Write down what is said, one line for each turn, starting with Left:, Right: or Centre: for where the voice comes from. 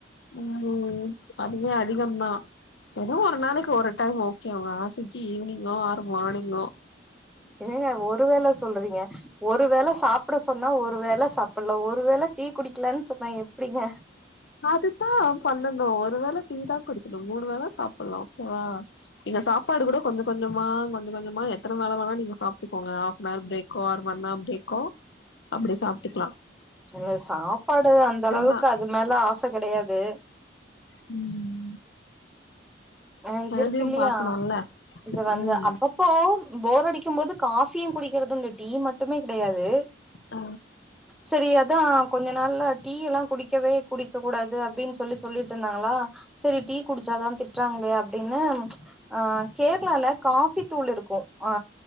Left: ம் அதுமே அதிகம்ந்தா எதோ ஒரு நாளைக்கு ஒரு டைம் ஓகே ஒரு ஆசைக்கு ஈவினிங்கோ ஆர் மானிங்கோ
Centre: என்னங்க ஒரு வேள சொல்றீங்க ஒரு வேள சாப் ப்புட சொன்னா ஒரு வேள சாப்ட்லா ஒரு வேள டீ குடிக்கலான் சொன்னா எப்டீங்க
Left: அதுதா பண்ணணு ஒரு வேள டீ தா குடிக்கணு மூணு வேள சாப்ட்லா ஓகே வா நீங்க சாப்பாடு கூட கொஞ்ச கொஞ்சமா கொஞ்ச கொஞ்சமா எத்தன வேல வேணா நீங்க சாப்ட்டுக்கோங்க அ னார் பிரேக்கோ ஆர் ஒன்ஆர் பிரேக்கோ அப்பிடி சாப்ட்டுக்லா
Centre: இல்ல சாப்பாடு அந்த அளவுக்கு
Left: தா
Centre: அது மேல ஆச கெடயாது
Left: ம்
Centre: அ இது
Left: ஹெல்தியு
Centre: இருக்கு இல்லயா
Left: பாக்கணுல்ல
Centre: இது வந்து
Left: ம்
Centre: அப்ப போ போர் அடிக்கும் போது காஃபியு குடிக்கிறதுண்டு டீ மட்டுமே கிடையாது
Left: அ
Centre: சரி அதா கொஞ்ச நாள்ல டீ எல்லா குடிக்கவே குடிக்க கூடாது அப்டின் சொல்லி சொல்லிட் டிருந்தாங்களா சரி டீ குடிச்சாதா திட்றாங்களே அப்டின்னு ஆ கேர்ளால காஃபி தூள் இருக்கு ஆ